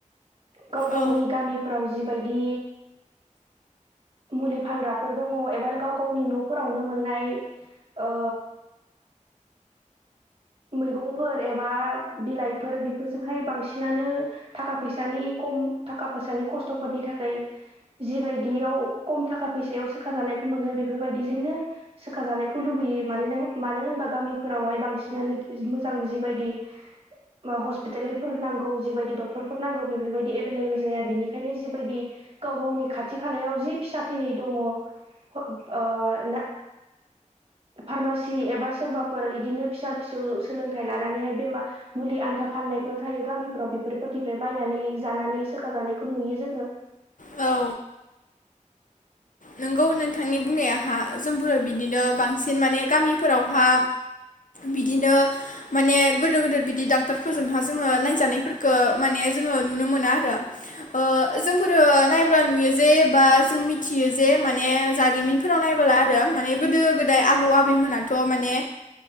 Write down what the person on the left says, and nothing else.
औ
औ नोंगौ नोंथांनि बुंनायाहा जोंफोरो बिदिनो बांसिन माने गामिफोरावहा बिदिनो माने गोदोर गोदिर बिदि डक्टरफोरजोंहा जोङो नायजानायफोरखो माने जोङो नुनो मोना आरो। ओ जोंफोरो नायब्ला नुयो जे बा जों मिथियो जे माने जारिमिनफोराव नायबाला आरो माने गोदो गोदाय आबौ आबैमोनाथ माने